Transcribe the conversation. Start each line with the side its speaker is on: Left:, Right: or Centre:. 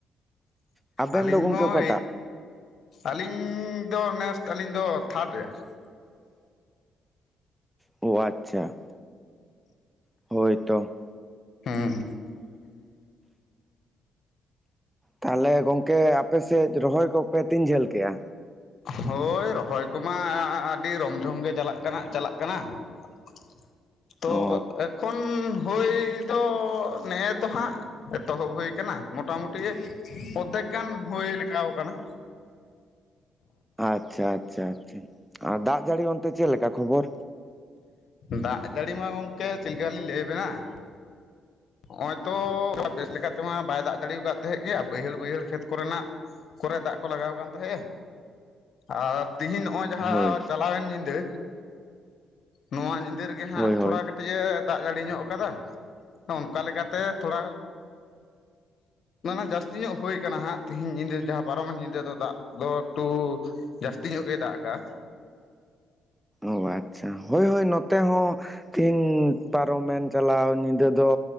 Centre: ᱟᱵᱮᱱ
Left: ᱟᱹᱞᱤᱧ
Centre: ᱫᱚ ᱜᱚᱝᱠᱮ
Left: ᱦᱚᱸ
Centre: ᱚᱠᱟᱴᱟᱜ
Left: ᱟᱹᱞᱤᱧ ᱫᱚ ᱱᱮᱥ ᱟᱹᱞᱤᱧ ᱫᱚ ᱛᱷᱟᱨᱰ ᱮᱭᱟᱨ ᱾
Centre: ᱳ ᱟᱪᱪᱷᱟ ᱾ ᱦᱳᱭ ᱛᱚ ᱾
Left: ᱦᱮᱸ ᱾
Centre: ᱛᱟᱦᱚᱞᱮ ᱜᱚᱝᱠᱮ ᱟᱯᱮᱥᱮᱫ ᱨᱚᱦᱚᱭ ᱠᱚᱯᱮ ᱛᱤᱱ ᱡᱷᱟᱹᱞ ᱠᱮᱜᱼᱟ?
Left: ᱦᱳᱭ ᱨᱚᱦᱚᱭ ᱠᱚᱢᱟ ᱟᱹᱰᱤ ᱨᱚᱢᱡᱷᱚᱢ ᱜᱮ ᱪᱟᱞᱟᱜ ᱠᱟᱱᱟ ᱪᱟᱞᱟᱜ ᱠᱟᱱᱟ ᱾ ᱛᱚ
Centre: ᱚ
Left: ᱮᱠᱷᱚᱱ ᱦᱳᱭ ᱫᱚ ᱱᱮᱜᱼᱮ ᱛᱚ ᱦᱟᱸᱜ ᱮᱛᱚᱦᱚᱵ ᱦᱩᱭ ᱟᱠᱟᱱᱟ ᱢᱚᱴᱟᱢᱩᱴᱤ ᱚᱫᱷᱮᱠ ᱜᱟᱱ ᱦᱩᱭ ᱞᱮᱠᱟ ᱠᱟᱱᱟ ᱾
Centre: ᱟᱪᱪᱷᱟ ᱟᱪᱪᱷᱟ ᱟᱪᱷᱟ ᱟᱨ ᱫᱟᱜ ᱡᱟᱹᱲᱤ ᱚᱱᱛᱮ ᱪᱮᱫ ᱞᱮᱠᱟ ᱠᱷᱚᱵᱚᱨ?
Left: ᱫᱟᱜ ᱡᱟᱹᱲᱤ ᱢᱟ ᱜᱚᱝᱠᱮ ᱪᱮᱫᱠᱟ ᱞᱤᱧ ᱞᱟᱹᱭᱟᱵᱮᱱᱟ ᱾ ᱱᱚᱜᱼᱚᱭ ᱛᱚ ᱵᱮᱥ ᱞᱮᱠᱟᱛᱮᱢᱟ ᱵᱟᱭ ᱫᱟᱜ ᱡᱟᱲᱤᱠᱟᱫ ᱛᱟᱦᱮᱸᱫ ᱜᱮ ᱵᱟᱹᱭᱦᱟᱹᱲ ᱵᱟᱹᱭᱦᱟᱹᱲ ᱠᱷᱮᱛ ᱠᱚᱨᱮᱱᱟᱜ‌ ᱠᱚᱨᱮ ᱫᱟᱜ ᱠᱚ ᱞᱟᱜᱟᱣ ᱟᱠᱟᱱ ᱛᱟᱦᱮᱸᱜᱼᱟ, ᱟᱨ ᱛᱤᱦᱤᱧ ᱱᱚᱜᱼᱚᱭ ᱡᱟᱦᱟᱸ
Centre: ᱦᱳᱭ
Left: ᱪᱟᱞᱟᱣᱮᱱ ᱧᱤᱫᱟᱹ ᱱᱚᱣᱟ ᱧᱤᱫᱟᱹ ᱨᱮᱜᱮ ᱦᱟᱸᱜ
Centre: ᱦᱳᱭ
Left: ᱛᱷᱚᱲᱟ
Centre: ᱦᱳᱭ
Left: ᱠᱟᱹᱴᱤᱡ ᱠᱟᱹᱴᱤᱡ ᱮ ᱫᱟᱜ ᱡᱟᱹᱲᱤ ᱧᱚᱜ ᱟᱠᱟᱫᱟ ᱾ ᱚᱱᱠᱟᱞ ᱞᱮᱠᱟᱛᱮ ᱛᱷᱚᱲᱟ <inaudible> ᱡᱟᱹᱥᱛᱤ ᱧᱚᱜ ᱦᱩᱭ ᱠᱟᱱᱟ ᱦᱟᱸᱜ ᱛᱮᱦᱤᱧ ᱧᱤᱫᱟᱹ ᱡᱟᱦᱟᱸ ᱯᱟᱨᱚᱢᱮᱱ ᱧᱤᱫᱟᱹ ᱫᱚ ᱫᱟᱜ ᱫᱚ ᱮᱠᱴᱩ‌, ᱡᱟᱹᱥᱛᱤ ᱧᱚᱜ ᱜᱮ ᱫᱟᱜ ᱠᱟᱜ-ᱟ᱾
Centre: ᱚ ᱟᱪᱪᱷᱟ ᱦᱳᱭ ᱦᱳᱭ ᱱᱚᱛᱮ ᱦᱚᱸ ᱛᱤᱦᱤᱧ ᱯᱟᱨᱚᱢᱮᱱ ᱪᱟᱞᱟᱣ ᱧᱤᱫᱟᱹ ᱱᱚᱛᱮ ᱫᱚ